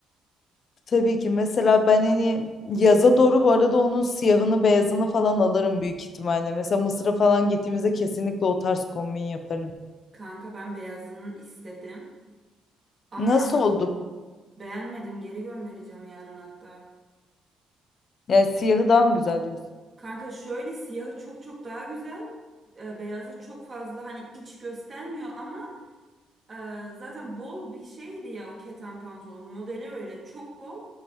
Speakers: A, on the left (about 55°); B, on the right (about 30°).
A: Tabii ki mesela ben hani yaza doğru bu arada onun siyahını beyazını falan alırım büyük ihtimalle. Mesela Mısır'a falan gittiğimizde kesinlikle o tarz kombin yaparım.
B: Kanka ben beyazını istedim ama
A: Nasıl olduk?
B: beğenmedim geri göndereceğim yarın hatta.
A: Yani siyahı daha mı güzel diyorsun?
B: Kanka şöyle siyahı çok çok daha güzel. e, beyazı çok fazla hani iç göstermiyor ama Ee, zaten bol bir şeydi ya o keten pantolon modeli öyle çok bol.